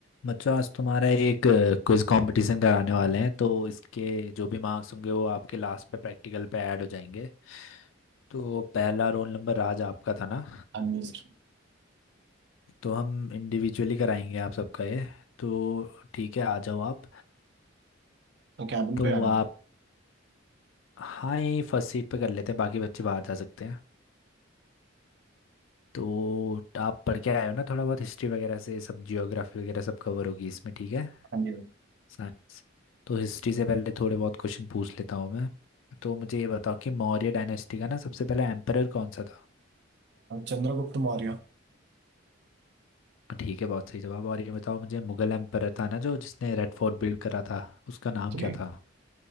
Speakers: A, on the left; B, on the right.
A: बच्चों आज तुम्हारा एक क्विज कंपटीशन कराने वाले हैं तो इसके जो भी मार्क्स होंगे वो आपके लास्ट पे प्रैक्टिकल पे ऐड हो जाएंगे तो पहला रोल नंबर आज आपका था ना
B: अनम्यूट
A: तो हम इंडिविजुअली कराएंगे आप सबका ये तो ठीक है आ जाओ आप
B: तो कैबिन
A: तो
B: पे आना
A: आप हाँ यहीं फर्स्ट सीट पे कर लेते हैं बाकी बच्चे बाहर जा सकते हैं तो आप पढ़ के आए हो ना थोड़ा बहुत हिस्ट्री वगैरह से सब जियोग्राफी वगैरह सब कवर होगी इसमें ठीक है
B: अनम्यूट
A: साइंस तो हिस्ट्री से पहले थोड़े बहुत क्वेश्चन पूछ लेता हूँ मैं तो मुझे ये बताओ कि मौर्य डायनेस्टी का ना सबसे पहला एम्परर कौन सा था
B: चंद्रगुप्त मौर्य
A: ठीक है बहुत सही जवाब और ये बताओ मुझे मुगल एम्परर था ना जो जिसने रेड फोर्ट बिल्ड करा था उसका नाम
B: जी
A: क्या था